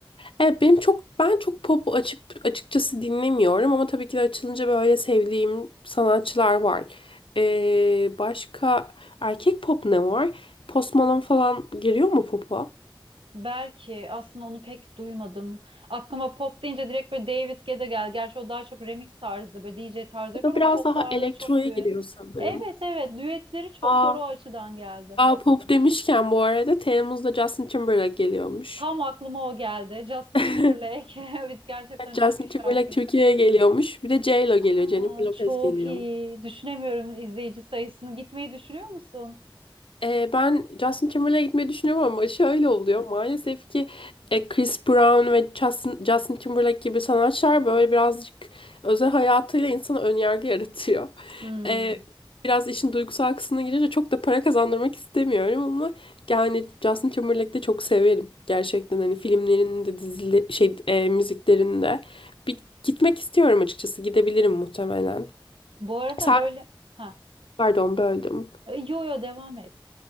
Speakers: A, on the left; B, on the right.
A: evet benim çok ben çok pop açıp açıkçası dinlemiyorum ama tabii ki de açılınca böyle sevdiğim sanatçılar var. Ee, başka erkek pop ne var? Post Malone falan giriyor mu pop'a?
B: Belki aslında onu pek duymadım. Aklıma pop deyince direkt böyle David Guetta gel. Gerçi o daha çok remix tarzı böyle D J tarzı
A: O
B: yapıyor
A: da biraz
B: ama poplarla
A: daha elektroya
B: çok düet.
A: giriyor sanırım.
B: Evet evet düetleri çok
A: Aa,
B: var o açıdan geldi.
A: aa pop demişken bu arada Temmuz'da Justin Timberlake geliyormuş.
B: Tam aklıma o geldi. Justin
A: <laughs>
B: Timberlake. <laughs> Evet gerçekten
A: Evet,
B: çok
A: Justin
B: iyi
A: Timberlake
B: şarkı.
A: Türkiye'ye geliyormuş. Bir de J.Lo geliyor.
B: Aa
A: Jennifer Lopez
B: çok
A: geliyor.
B: iyi. Düşünemiyorum izleyici sayısını. Gitmeyi düşünüyor musun?
A: Ee, ben Justin Timberlake'e gitmeyi düşünüyorum ama şöyle oluyor. Maalesef ki e, Chris Brown ve Justin, Justin Timberlake gibi sanatçılar böyle birazcık özel hayatıyla insana önyargı yaratıyor. <laughs>
B: Hmm.
A: Ee, biraz işin duygusal kısmına girince çok da para kazandırmak istemiyorum ama yani Justin Timberlake'i de çok severim. Gerçekten hani filmlerinin de dizili, şey e, müziklerinde. Bir gitmek istiyorum açıkçası. Gidebilirim muhtemelen.
B: Bu arada
A: Sen
B: böyle ha
A: pardon böldüm.
B: yo yo devam et.